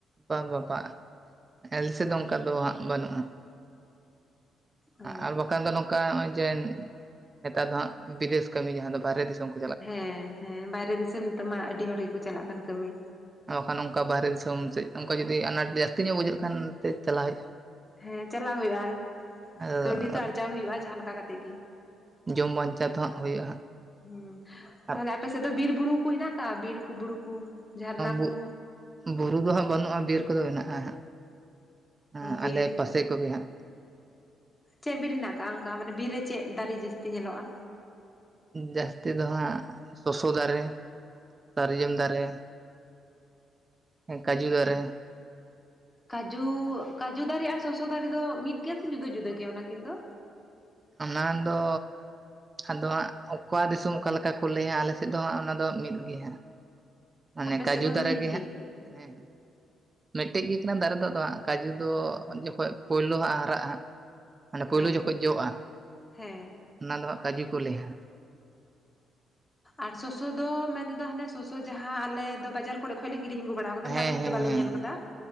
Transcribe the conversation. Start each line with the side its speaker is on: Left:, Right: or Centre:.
Right: ᱵᱟ ᱵᱟᱵᱟ ᱟᱞᱮ ᱥᱮᱫ ᱫᱚ ᱚᱱᱠᱟ ᱫᱚ ᱦᱟᱸᱜ ᱵᱟᱹᱱᱩᱜᱼᱟ᱾
Left: ᱚ
Right: ᱟᱨ ᱵᱟᱠᱷᱟᱱ ᱫᱚ ᱱᱚᱝᱠᱟ ᱱᱚᱜᱼᱚᱭ ᱡᱮ ᱱᱮᱛᱟᱨ ᱫᱚ ᱦᱟᱸᱜ ᱵᱤᱫᱮᱥ ᱠᱟᱹᱢᱤ ᱡᱟᱦᱟᱸ ᱫᱚ ᱵᱟᱨᱦᱮ ᱫᱤᱥᱚᱢ ᱠᱷᱚᱱ
Left: ᱦᱮᱸ ᱦᱮᱸ ᱵᱟᱭᱨᱮ ᱫᱤᱥᱚᱢ ᱱᱤᱛᱚᱜ ᱢᱟ ᱟᱹᱰᱤ ᱦᱚᱲ ᱜᱮᱠᱚ ᱪᱟᱞᱟᱜ ᱠᱟᱱ ᱠᱟᱹᱢᱤ
Right: ᱵᱟᱠᱷᱟᱱ ᱚᱱᱠᱟ ᱵᱟᱦᱦᱨᱮ ᱫᱤᱥᱚᱢ ᱥᱮᱫ ᱚᱱᱠᱟ ᱡᱩᱫᱤ ᱟᱱᱟᱴ ᱡᱟᱹᱥᱛᱤ ᱧᱚᱜ ᱵᱩᱡᱷᱟᱹᱜ ᱠᱷᱟᱱᱛᱮ ᱪᱟᱞᱟᱣ ᱦᱩᱭᱩᱜᱼᱟ
Left: ᱦᱮᱸ ᱪᱟᱞᱟᱜᱣ ᱦᱩᱭᱩᱜᱼᱟ
Right: ᱦᱩᱭᱩᱜᱼᱟ
Left: ᱠᱟᱹᱣᱰᱤ ᱛᱚ
Right: ᱟᱫᱚ
Left: ᱟᱨᱡᱟᱣ ᱦᱩᱭᱩᱜᱼᱟ ᱡᱟᱦᱟᱸᱟᱸ ᱞᱮᱠᱟ ᱠᱟᱛᱮᱜ ᱜᱮ
Right: ᱡᱚᱢ ᱵᱟᱧᱪᱟᱣ ᱫᱚᱦᱟᱸᱜ ᱦᱩᱭᱩᱜᱼᱟ
Left: ᱦᱮᱸ
Right: ᱟᱨ
Left: ᱛᱟᱦᱞᱮ ᱟᱯᱮ ᱥᱮᱫ ᱫᱚ ᱵᱤᱨ ᱵᱩᱨᱩ ᱠᱚ ᱦᱮᱱᱟᱜ ᱠᱟᱜᱼᱟ ᱵᱤᱨ ᱠᱚ ᱵᱩᱨᱩ ᱠᱚ ᱡᱷᱟᱨᱱᱟ
Right: ᱵᱩ
Left: ᱠᱚ
Right: ᱵᱩᱨᱩ ᱫᱚ ᱦᱟᱸᱜ ᱵᱟᱹᱱᱩᱜᱼᱟ ᱵᱤᱨ ᱠᱚᱫᱚ ᱢᱮᱱᱟᱜᱼᱟ ᱦᱟᱸᱜ ᱟᱸ
Left: ᱵᱤᱨ
Right: ᱟᱞᱮ ᱯᱟᱥᱮ ᱠᱚᱜᱮ ᱦᱟᱜ
Left: ᱪᱮᱫ ᱵᱤᱨ ᱦᱮᱱᱟᱜ ᱟᱠᱟᱜᱼᱟ ᱚᱱᱠᱟ ᱢᱟᱱᱮ ᱵᱤᱨ ᱨᱮ ᱪᱮᱫ ᱫᱟᱨᱮ ᱡᱟᱹᱥᱛᱤ ᱧᱮᱞᱚᱜᱼᱟ
Right: ᱡᱟᱹᱥᱛᱤ ᱫᱚ ᱦᱟᱸᱜ ᱥᱚᱥᱚ ᱫᱟᱨᱮ ᱥᱟᱨᱡᱚᱢ ᱫᱟᱨᱮ ᱠᱟᱡᱩ ᱫᱟᱨᱮ
Left: ᱠᱟᱡᱩ ᱠᱟᱡᱩ ᱫᱟᱨᱮ ᱟᱨ ᱥᱚᱥᱚ ᱫᱟᱨᱮ ᱫᱚ ᱢᱤᱫ ᱜᱮᱭᱟ ᱥᱮ ᱡᱩᱫᱟᱹ ᱡᱩᱫᱟᱹ ᱜᱮᱭᱟ ᱚᱱᱟ ᱠᱤᱱ ᱫᱚ
Right: ᱚᱱᱟ ᱫᱚ ᱟᱫᱚ ᱦᱟᱸᱜ ᱚᱠᱟ ᱫᱤᱥᱚᱢ ᱚᱠᱟ ᱞᱮᱠᱟ ᱠᱚ ᱞᱟᱹᱭᱟ ᱟᱞᱮ ᱥᱮᱫ ᱫᱚ ᱦᱟᱸᱜ ᱚᱱᱟ ᱫᱚ ᱢᱤᱫ ᱜᱮ ᱦᱟᱸᱜ ᱢᱟᱱᱮ
Left: ᱟᱯᱮ
Right: ᱠᱟᱡᱩ
Left: ᱥᱮᱫ ᱫᱚ
Right: ᱫᱟᱨᱟ
Left: ᱢᱤᱫ
Right: ᱜᱮ ᱦᱟᱸᱜ ᱦᱮᱸ ᱢᱤᱫᱴᱮᱡ ᱜᱮ ᱠᱟᱱᱟ ᱫᱟᱨᱮ ᱫᱚ ᱟᱫᱚ ᱦᱟᱸᱜ ᱠᱟᱡᱩ ᱫᱚ ᱡᱚᱠᱷᱚᱱ ᱯᱳᱭᱞᱳ ᱦᱟᱸᱜ ᱦᱟᱨᱟᱜᱼᱟ ᱢᱟᱱᱮ ᱯᱳᱭᱞᱳ
Left: ᱦᱮᱸ
Right: ᱡᱚᱠᱷᱚᱱ ᱡᱚᱜᱼᱟ
Left: ᱦᱮᱸ
Right: ᱚᱱᱟ ᱫᱚ ᱦᱟᱸᱜ ᱠᱟᱹᱡᱩ ᱠᱚ ᱞᱟᱹᱭᱟ
Left: ᱟᱨ ᱥᱚᱥᱚ ᱫᱚ ᱢᱮᱱᱛᱮᱫᱚ ᱦᱟᱱᱮ ᱥᱚᱥᱚ ᱡᱟᱦᱟᱸ ᱟᱞᱮ ᱫᱚ ᱵᱟᱡᱟᱨ ᱠᱚᱨᱮ ᱠᱷᱚᱱᱚᱡ ᱞᱮᱮ ᱠᱤᱨᱤᱧ ᱟᱹᱜᱩ ᱵᱟᱲᱟ ᱟᱠᱟᱫᱟ
Right: ᱦᱟᱸᱜ᱾
Left: ᱫᱟᱨᱮ ᱨᱮᱫᱚ
Right: ᱦᱮᱸ
Left: ᱵᱟᱞᱮ
Right: ᱦᱮᱸ
Left: ᱧᱮᱞ ᱟᱠᱟᱫᱟ